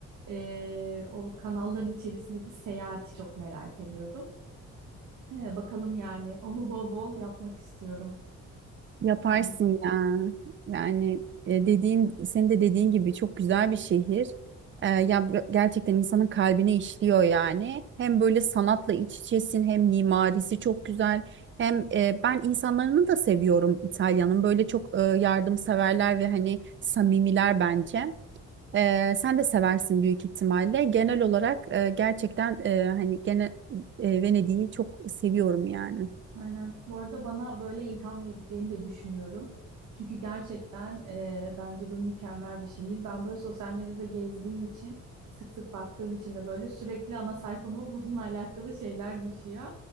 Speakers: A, on the right; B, on the right.
A: eee, o kanalların içerisindeki seyahati çok merak ediyordum. Ee, bakalım yani onu bol bol yapmak istiyorum.
B: Yaparsın
A: Yani.
B: ya. Yani e, dediğin, senin de dediğin gibi çok güzel bir şehir. E, ya bu- gerçekten insanın kalbine işliyor yani. Hem böyle sanatla iç içesin, hem mimarisi çok güzel. Hem e, ben insanlarını da seviyorum İtalya'nın. Böyle çok e, yardımseverler ve hani samimiler bence. E, sen de seversin büyük ihtimalle. Genel olarak e, gerçekten e, hani gene e, Venedik'i çok seviyorum yani.
A: Aynen. Bu arada bana böyle ilham vereceğini de düşünüyorum. Çünkü gerçekten e, bence bu mükemmel bir şehir. Ben böyle sosyal medyada gezdiğim için, sık sık baktığım için de böyle sürekli ana sayfama <laughs> bununla alakalı şeyler düşüyor.